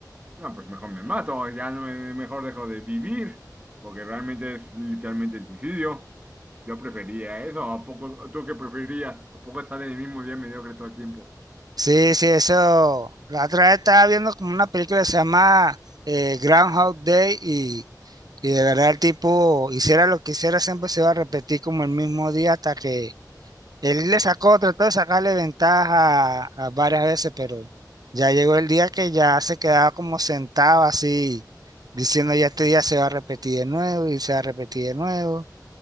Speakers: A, on the right; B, on the right.
A: No, pues mejor me mato, ya no me- mejor dejo de vivir, porque realmente es literalmente el suicidio. Yo prefería eso, ¿a poco tú qué preferías? ¿A poco estar en el mismo día mediocre todo el tiempo?
B: sí, sí, eso. La otra vez estaba viendo como una película que se llama eh, Groundhog Day y, y de verdad el tipo hiciera lo que hiciera siempre se va a repetir como el mismo día hasta que Él le sacó, trató de sacarle ventaja a- a varias veces, pero ya llegó el día que ya se quedaba como sentado así, diciendo ya este día se va a repetir de nuevo y se va a repetir de nuevo.